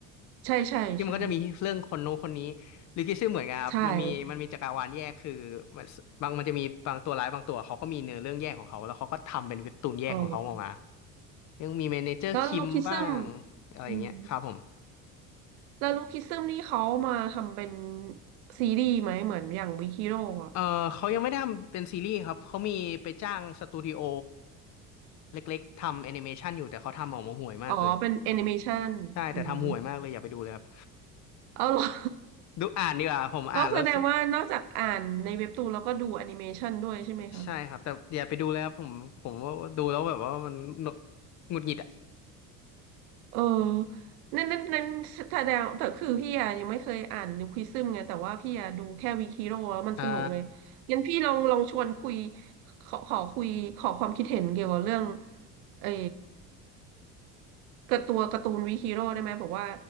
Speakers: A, on the right; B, on the left.
A: ใช่ใช่ใช่
B: ที่มันก็จะมีเรื่องคนนู้นคนนี้ลูคิซึมเหมือนกันครับมันมีมันมีจักรวาลแยกคือมันบางมันจะมีบางตัวร้ายบางตัวเขาก็มีเนื้อเรื่องแยกของเขาแล้วเขาก็ทำเป็นเว็บตูนแยกของเขาออกมา
A: ใช่อ๋อ
B: ยังมีเมเนเจอร์คิมบ้างอะไรอย่างเงี้ยครับผม
A: แล้วลูคิซึมอืมแล้วลูคิซึมนี่เขามาทำเป็นซีรีส์ไหมเหมือนอย่างวิคิโร่อะ
B: เออเขายังไม่ได้ทำเป็นซีรีส์ครับเขามีไปจ้างสตูดิโอเล็กๆทำแอนิเมชันอยู่แต่เขาทำออกมาห่วยมากเลย
A: อ๋อเป็นแอนิเมชันอืม
B: ใช่แต่ทำห่วยมากเลยอย่าไปดูเลยครับ
A: เอาเหรอ <laughs>
B: ดูอ่านดีกว่าผมอ่านแล้วส
A: ก็แสดงว่านอกจากอ่านในเว็บตูนแล้วก็ดูแอนิเมชันด้วยใช่ไหมคะ
B: ใช่ครับแต่อย่าไปดูเลยครับผมผมว่าดูแล้วแบบว่ามันหนกหงุดหงิดอ่ะ
A: เออ นั่นนั่นนั่นแสดงแต่คือพี่อะยังไม่เคยอ่านนิวควิซึมไงแต่ว่าพี่อะดูแค่วิคิโร่แล้วมันสนุกไง
B: อ่า
A: งั้นพี่ลองลองชวนคุยขอขอคุยขอความคิดเห็นเกี่ยวกับเรื่องไอ้กระตัวการ์ตูนวิคิโร่ได้ไหมบอกว่า